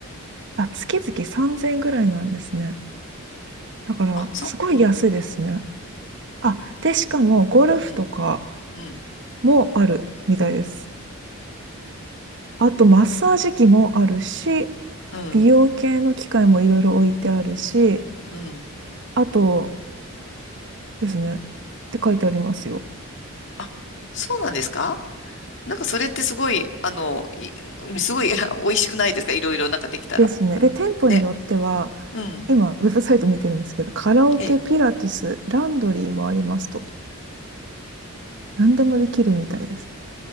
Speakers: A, on the right; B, on the left.
A: あ、月々3000円ぐらいなんですね。だから、
B: あ、そううん、
A: すごい安いですね。あ、で、しかも、ゴルフとか
B: うん、うん、
A: もあるみたいです。あと、マッサージ機もあるし、
B: うん、
A: 美容系の機械もいろいろ置いてあるし、
B: うん。
A: あとですね、って書いてありますよ。
B: あ、そうなんですかなんかそれってすごい、あの、いすごい <laughs> 美味しくないですかいろいろなんかできたら。
A: ですね。で、店舗によっては、
B: ね。うん。
A: 今、ウェブサイト見てるんですけど、カラオケ、
B: ええ。
A: ピラティス、ランドリーもありますと。何でもできるみたいです。